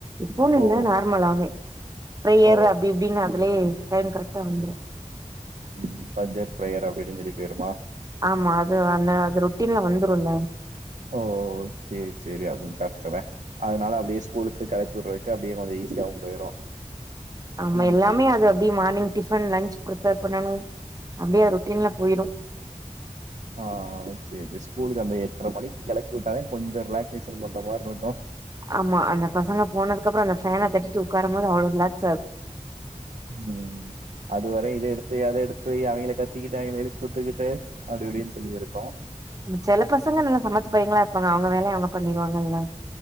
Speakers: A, on the right; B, on the right.
A: இப்பன்னு
B: ஓ
A: இல்ல நார்மலாவே பிரேயர்
B: ஓ
A: அப்டி இப்டின்னு அதுலயே டைம் கரெக்டா வந்துரும்
B: உம் பஞ்சர் ப்ரேயர் அப்படினு சொல்லி போயருமா
A: ஆமா அது அந்த அது ரொட்டின்லா வந்துரும்ல
B: ஓ சரி சரி அதுவும் கரக்ட் தே அதனால அப்படியே ஸ்கூலுக்கு கழப்பி விடற வரைக்கு அப்டியே கொஞ்ச ஈஸியாவு போயிரு
A: ஆமா
B: ம்
A: எல்லாமே அது அப்டியே மார்னிங் டிஃபன் லன்ச் ப்ருப்பேர் பண்ணனும் அப்படியே ரொட்டின்ல போயிரும்
B: ஆஹ் சரி ஸ்கூலுக்கு அந்த எட்டரை மணிக்கு கிளப்பி விட்டாலே கொஞ்ச ரிலாக்சேஷன் பண்ற மாரி இருக்கு
A: ஆமா அந்த பசங்க போனதுக்கு அப்புற அந்த ஃபேன தட்டிட்டு உட்காரும் போது அவ்ளோ ரிலாக்
B: உம் அதுவரை இதே எடுத்து வை அத எடுத்து அவிங்கள கத்திக்கிட்டு அவிங்கள எழுப்பி விட்டுக்கிட்டு அப்டி இப்டின்னு சொல்லி இருக்கு
A: செல பசங்க நல்லா சமத்து பையங்களா இருப்பாங்க அவங்க வேலய அவங்க பண்ணிருவாங்கங்க